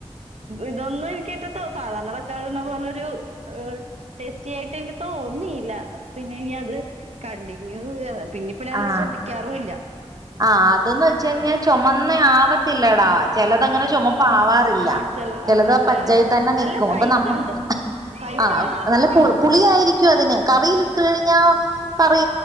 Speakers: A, on the right; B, on the right.
A: ഇതൊന്നും എനിക്കെ <unintelligible> സാധാരണ തക്കാളി ഇടുന്ന പോലൊരു ഏഹ് ടേസ്റ്റി ആയിട്ട് എനിക്ക് തോന്നിയില്ലാ ആഹ് പിന്നെ ഇനി അത് കണ്ടിന്യൂ ഏഹ് പിന്നെപ്പ ഞാനത്
B: ആഹ്
A: ശ്രദ്ധിക്കാറുല്ലാ
B: ആഹ് അതെന്ന് വെച്ച് കഴിഞ്ഞാ ചൊമന്ന ആവത്തില്ലടാ ചെലതണ്ട് ചൊമപ്പാവാ ഇല്ലാ
A: ആ ചെല
B: ചെലത്
A: ആണല്ലേ
B: പച്ചയ് തന്നെ
A: നല്ല
B: നിക്കും
A: സൈസുണ്ട്
B: അപ്പ നമ്മ
A: സൈസാണ്
B: ആഹ്
A: ആ
B: നല്ല
A: സാധനം
B: പു പുളിയായിരിക് ക്കും അതിന് കറീലിട്ട് കഴിഞ്ഞാ കറി